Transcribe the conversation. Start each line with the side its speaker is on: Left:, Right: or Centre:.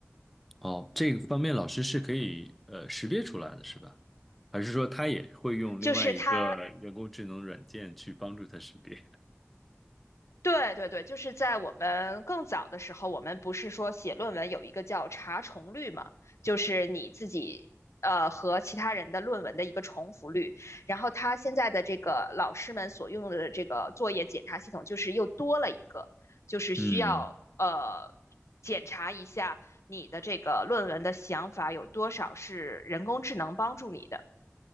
Centre: 哦，这个方面老师是可以呃识别出来的，是吧？还是说他也会用另外一个人工智能软件去帮助他识别？
Left: 就是他对对对，就是在我们更早的时候，我们不是说写论文有一个叫查重率嘛，就是你自己呃和其他人的论文的一个重复率。然后他现在的这个老师们所用的这个作业检查系统，就是又多了一个，就是需要呃
Centre: 嗯
Left: 检查一下你的这个论文的想法有多少是人工智能帮助你的。